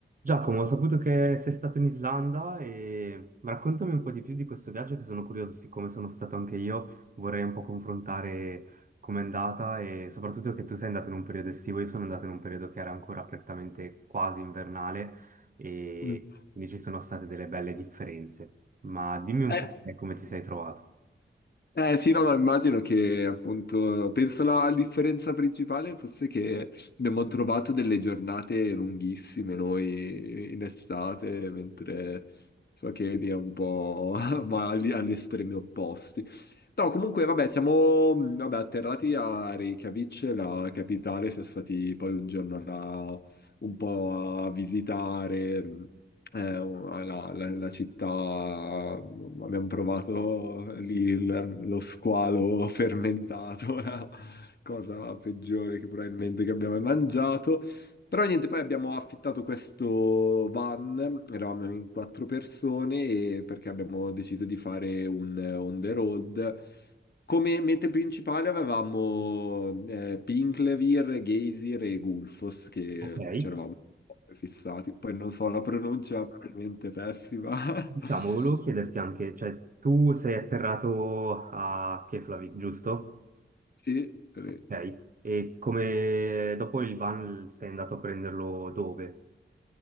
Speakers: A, on the right; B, on the left.
A: Giacomo, ho saputo che sei stato in Islanda e ma raccontami un po' di più di questo viaggio che sono curioso, siccome sono stato anche io, vorrei un po' confrontare com'è andata e soprattutto che tu sei andato in un periodo estivo, io sono andato in un periodo che era ancora prettamente quasi invernale e
B: Mm.
A: quindi ci sono state delle belle differenze. Ma dimmi un
B: Eh,
A: po' te come ti sei trovato.
B: eh, sì, no, no, immagino che appunto, penso la differenza principale fosse che abbiamo trovato delle giornate lunghissime noi in estate, mentre so che lì è un po' <laughs> ma agli, agli estremi opposti. No, comunque, vabbè, siamo mh, vabbè, atterrati a Reykjavik, la capitale, siamo stati poi un giorno là un po' a visitare. mm, Eh, la, la- la città, abbiamo provato lì il- lo squalo fermentato, <laughs> la cosa peggiore che probabilmente che abbiamo mai mangiato. Però niente, poi abbiamo affittato questo van, eravamo in quattro persone, e- perché abbiamo deciso di fare un eh, on the road. Come mete principali avevamo eh, Pinklevir, Geysir e Gulfos, che
A: Ok, e
B: c'eravamo fissati. Poi non so, la pronuncia è probabilmente pessima.
A: diciamo,
B: <laughs>
A: volevo chiederti anche, cioè tu sei atterrato a Keflavik, giusto?
B: Sì, sì.
A: Ok, e come dopo il van sei andato a prenderlo dove?